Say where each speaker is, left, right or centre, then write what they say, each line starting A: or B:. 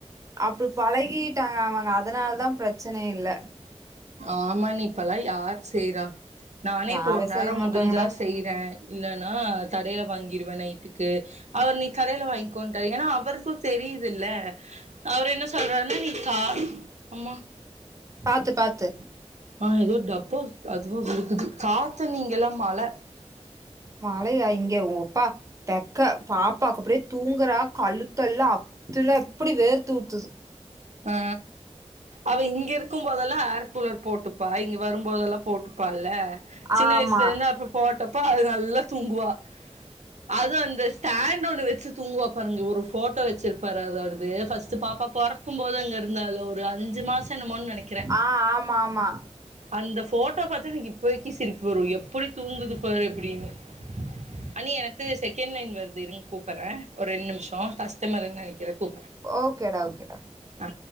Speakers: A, on the right; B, on the right.
A: அப்டி பழகிட்டாங்க அவங்க அதனால தா பிரச்சனை இல்ல
B: ஆமா அண்ணி இப்பல்லா யார் செய்றா நானே
A: யாரு
B: இப்போ ஒரு நேரோ
A: செய்ய மாட்டாங்கடா
B: முடிஞ்சா செய் றே இல்லன்னா கடெல வாங்கிருவே நைட்டுக்கு அவர் நீ கடைல வாங்கிக்கோட்டாரு ஏனா அவருக்கு தெரிது இல்ல அவர் என்ன சொல்றார்ன்னா நீ கா அம்மா
A: பாத்து பாத்து
B: ஆ ஏதோ டப்போ அதுவா விழுகுது காத்தண்ணி இங்கல்லா மழ
A: மழையா இங்க ஒ அப்பா தெக்க பாப்பா அப்டியே தூங்குறா கழுத்தெல்லா அப்துல்ல அப்டி வேர்த்தூத்துது
B: அ அவ இங்க இருக்கு போதெல்லா ஏர் கூலர் போட்டுப்பா இங்க வரும் போதெல்லா போட்டுப் பால்ல சின்ன
A: ஆமா
B: வயசுல இருந்து அப்ப போட்டப்போ அது நல்லா தூங்குவா அது அந்த ஸ்டாண்ட்டு ஒன்னு வச்சு தூங்குவா பாருங்க ஒரு ஃபோட்டோ வச்சுருப்பாரு அது அவரது ஃபஸ்ட்டு பாப்பா பொற க்கும் போது அங்க இருந்தாள ஒரு அஞ்சு மாசோ என்னமோன் நெனைக்
A: ஆ ஆமாமா
B: அந்த ஃபோட்டோ பாத்தா எனக்கு இப்பக்கு சிரிப்பு வரு எப்புடி தூங்குது பாரு அப்டின்னு அண்ணி எனக்கு செகண்ட் லைன் வருது இருங் கூப்பர்றே ஒரு ரெண் நிம்ஷோ கஸ்டமர்னு நெனைக்கிறே கூப்புறே
A: ஓக்கேடா ஓக்கேடா
B: ஆ